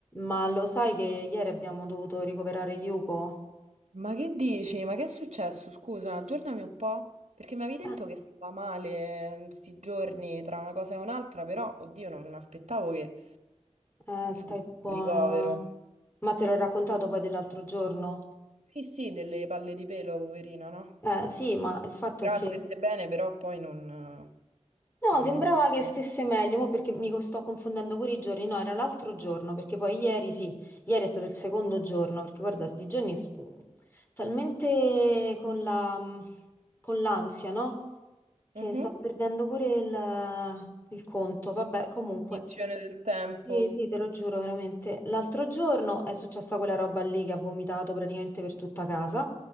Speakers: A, on the left; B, on the right.
A: Ma lo sai che ieri abbiamo dovuto ricoverare Yuko?
B: Ma che dici? Ma che è successo? Scusa, aggiornami un po', perché mi avevi detto
A: Eh,
B: che stava male eh, sti giorni tra una cosa e un'altra, però, oddio, non mi aspettavo che,
A: eh,
B: insomma,
A: stai buona,
B: un ricovero.
A: va. Ma te l'ho raccontato poi dell'altro giorno?
B: Sì, sì, delle palle di pelo, poverina, no?
A: Eh, sì, ma il fatto
B: Però
A: è che...
B: stesse bene, però poi non, eh,
A: No,
B: non
A: sembrava
B: mi hai detto
A: che
B: niente.
A: stesse meglio, mo perché mi co- sto confondendo pure i giorni. No, era l'altro giorno, perché poi ieri, sì, ieri è stato il secondo giorno, perché guarda, sti giorni s- mm, talmente con la... mm, con l'ansia, no? Che
B: Mhm.
A: sto perdendo pure il, il conto. Vabbè, comunque...
B: Cognizione del tempo.
A: Sì, sì, te lo giuro, veramente. L'altro giorno è successa quella roba lì che ha vomitato praticamente per tutta casa